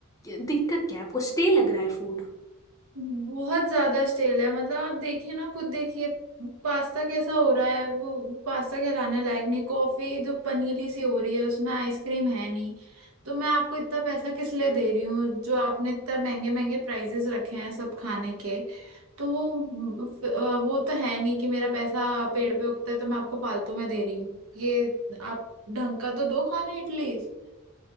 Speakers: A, on the left; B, on the right.
A: दिक्कत क्या है आपको स्टे लग रहा है फूड
B: बहुत ज्यादा स्टेल है मतलब आप देखिए ना खुद देखिए पास्ता कैसा हो रहा है वो पास्ता कहलाने लायक नहीं कॉफी जो पनीली सी हो रही है उसमें आइसक्रीम है नहीं तो मैं आपको इतना पैसा किस लिए दे रही हूँ जो आपने इतना महंगे महंगे प्राइजेस रखे हैं सब खाने के तो वो अ, वो तो है नहीं कि मेरा पैसा पेड़ पे उगता है तो मैं आपको फालतू में दे रही हूँ ये आप ढंग का तो दो खाना एटलीस्ट